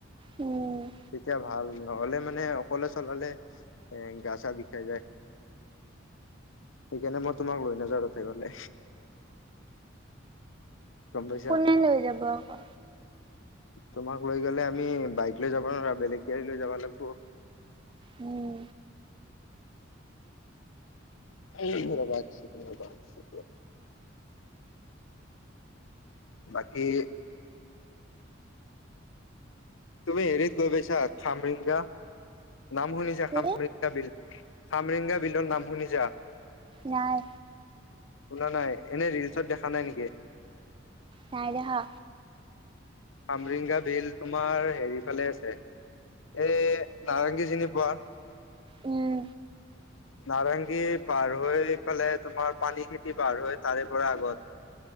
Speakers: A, on the right; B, on the left.
A: উম
B: তেতিয়া ভাল। নহ'লে মা মানে অকলে চলালে এ গা চা বিষাই যায় সেইকাৰণে মই তোমাক লৈ নাযাওঁ তাতে গ'লে। গম পাইছা।
A: কোনে লৈ যাব আকৌ?
B: তোমাক লৈ গ'লে আমি বাইক লৈ যাব নোৱাৰা বেলেগ গাড়ী লৈ যাব লাগিব।
A: উম।
B: এই ৰ'বা এক ছেকেণ্ডত ৰ'বা। বাকী তুমি হেৰিত গৈ পাইছা খামৰেংগা? নাম শুনিছে
A: কি
B: খামৰেংগা বিল। খামৰেংগা বিলৰ নাম শুনিছা?
A: নাই।
B: শুনা নাই, এনে ৰিলচত দেখা নাই নেকি?
A: নাইদেখা।
B: খামৰেংগা ভিল তোমাৰ হেৰি ফালে আছে, এ নাৰেংগী চিনি পোৱা?
A: উম।
B: নাৰেংগী পাৰ হৈ পালে তোমাৰ পানী খেতি পাৰ হৈ তাৰে পৰা আগত